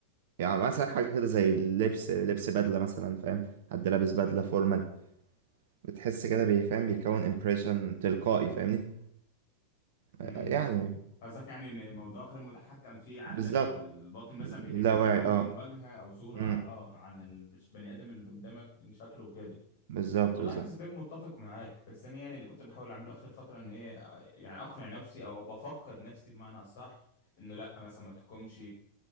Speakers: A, on the right; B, on the left.
A: يعني مثلا حاجة كده زي اللبس لبس بدلة مثلا فاهم حد لابس بدلة فورمال بتحس كده بي- فاهم بيكون امبريشن تلقائي فاهمني
B: امم
A: آه يعني
B: قصدك يعني ان الموضوع غير متحكم فيه عقلك
A: بالظبط
B: بالباطن مثلا بيحب
A: لا
B: يكون
A: واعي اه
B: وجهه او صوره
A: امم
B: اه عن البني ادم اللي قدامك من شكله وكده
A: بالظبط
B: والله
A: بالظبط
B: نسبيا متفق معاك بس انا يعني اللي كنت بحاول اعمله اخر فتره ان ايه يعني اقنع نفسي او بفكر نفسي بمعنى اصح انه لا مثلا ما تحكمش